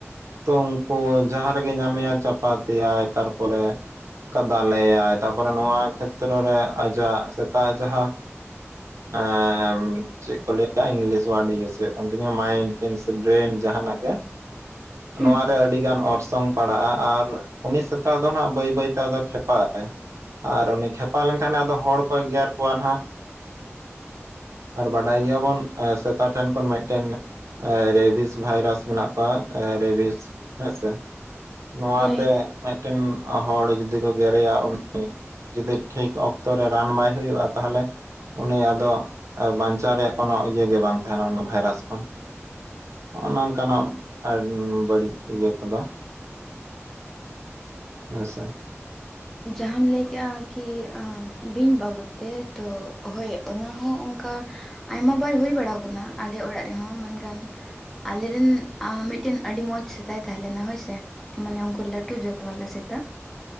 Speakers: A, on the right (about 80°); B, in the centre.
A: ᱛᱚ ᱩᱱᱠᱩ ᱡᱟᱦᱟᱸ ᱨᱮᱜᱮ ᱧᱟᱢᱮᱭᱟᱭ ᱪᱟᱯᱟᱛᱮᱭᱟᱭ ᱛᱟᱨ ᱯᱚᱨᱮ ᱠᱟᱫᱟᱞᱮᱟᱭ ᱛᱟᱨᱯᱚᱨᱮ ᱱᱚᱣᱟ ᱠᱷᱮᱛᱨᱚ ᱨᱮ ᱟᱡᱟᱜ ᱥᱮᱛᱟᱜ ᱡᱟᱦᱟᱸ ᱦᱮᱸ ᱦᱮᱸ ᱩᱹ ᱪᱮᱫ ᱠᱚ ᱞᱟᱹᱭᱟ ᱤᱝᱞᱤᱥ ᱚᱣᱟᱨᱰ ᱤᱭᱩᱥ ᱦᱩᱭᱩᱜ ᱠᱟᱱ ᱛᱤᱧᱟᱹ ᱢᱟᱭᱤᱱᱰ ᱠᱮᱱ ᱥᱮ ᱵᱨᱮᱱ ᱡᱟᱦᱟᱱᱟᱜ ᱜᱮ
B: ᱦᱩᱸ
A: ᱱᱚᱣᱟ ᱨᱮ ᱟᱹᱰᱤ ᱜᱟᱱ ᱚᱨᱥᱚᱝ ᱯᱟᱲᱟᱜᱼᱟ ᱟᱨ ᱩᱱᱤ ᱥᱮᱛᱟᱜ ᱫᱚ ᱦᱟᱜ ᱵᱟᱹᱭ ᱵᱟᱹᱭᱛᱮ ᱟᱫᱚ ᱠᱷᱮᱯᱟᱜᱟᱭ ᱟᱨ ᱩᱱᱤ ᱠᱷᱮᱯᱟ ᱞᱮᱱᱠᱷᱟᱱᱮ ᱟᱫᱚ ᱦᱚᱲ ᱠᱚᱭ ᱜᱮᱨ ᱠᱚᱣᱟ ᱦᱟᱱᱟᱜ ᱟᱨ ᱵᱟᱰᱟᱭ ᱜᱮᱭᱟᱵᱚᱱ ᱥᱮᱛᱟᱜ ᱴᱷᱮᱱ ᱠᱷᱚᱱ ᱢᱤᱫ ᱴᱮᱱ ᱨᱮᱵᱤᱥ ᱵᱷᱟᱭᱨᱟᱥ ᱢᱮᱱᱟᱜ ᱠᱚᱣᱟ, ᱨᱮᱵᱤᱥ ᱦᱮᱸᱥᱮ ᱱᱚᱣᱟᱛᱮ
B: ᱦᱳᱭ
A: ᱢᱤᱫ ᱴᱮᱱ ᱦᱚᱲ ᱡᱩᱫᱤ ᱠᱚ ᱜᱮᱨᱮᱭᱟ ᱩᱱᱤ ᱡᱩᱫᱤ ᱴᱷᱤᱠ ᱚᱠᱛᱚ ᱨᱮ ᱨᱟᱱ ᱵᱟᱭ ᱦᱩᱭᱩᱜᱼᱟ ᱛᱟᱦᱚᱞᱮ ᱩᱱᱤ ᱫᱚᱜ ᱵᱟᱧᱪᱟᱣ ᱨᱮᱭᱟᱜ ᱠᱳᱱᱚ ᱤᱭᱟᱹ ᱜᱮ ᱵᱟᱝ ᱛᱟᱦᱮᱱᱟ ᱚᱱᱟ ᱵᱷᱟᱭᱨᱟᱥ ᱠᱷᱚᱱ ᱦᱚᱸᱜ ᱱᱚᱝᱠᱟᱱᱟᱜ ᱟᱨ ᱵᱟᱹᱲᱤᱡ ᱤᱭᱟᱹ ᱠᱚ ᱫᱚ ᱦᱮᱸᱥᱮ
B: ᱡᱟᱦᱟᱸᱢ ᱞᱟᱹᱭ ᱠᱮᱫᱮᱜᱼᱟ ᱠᱤ ᱵᱤᱧ ᱵᱟᱵᱚᱫ ᱛᱮ ᱛᱚ ᱦᱳᱭ ᱚᱱᱟ ᱦᱚᱸ ᱚᱱᱠᱟ ᱟᱭᱢᱟ ᱵᱟᱨ ᱦᱩᱭ ᱵᱟᱲᱟ ᱠᱟᱱᱟ ᱟᱞᱮ ᱚᱲᱟᱜ ᱨᱮ ᱦᱚᱸ ᱢᱮᱱᱠᱷᱟᱱ ᱟᱞᱮ ᱨᱮᱱ ᱢᱤᱫᱴᱮᱱ ᱟᱹᱰᱤ ᱢᱚᱸᱡᱽ ᱥᱮᱛᱟᱭ ᱛᱟᱦᱮᱸ ᱞᱮᱱᱟ ᱦᱳᱭ ᱥᱮ ᱢᱟᱱᱮ ᱚᱝᱠᱩ ᱞᱟᱺᱴᱩ ᱡᱟᱹᱛ ᱵᱟᱞᱟ ᱥᱮᱛᱟ᱾